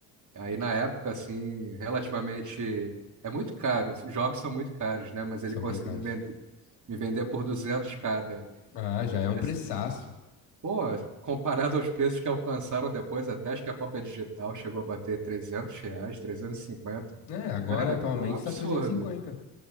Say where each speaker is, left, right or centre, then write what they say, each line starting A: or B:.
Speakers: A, on the right; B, on the left.
A: Aí na época, assim, relativamente. É muito caro, os jogos são muito caros, né? Mas ele
B: São
A: conseguiu
B: bem caros.
A: me vender, me vender por 200 cada.
B: Ah, já
A: E aí,
B: é um preçaço.
A: assim, pô, comparado aos preços que alcançaram depois, até acho que a cópia digital chegou a bater 300 reais, 350.
B: É, agora
A: Cara,
B: atualmente
A: é um absurdo.
B: tá 350.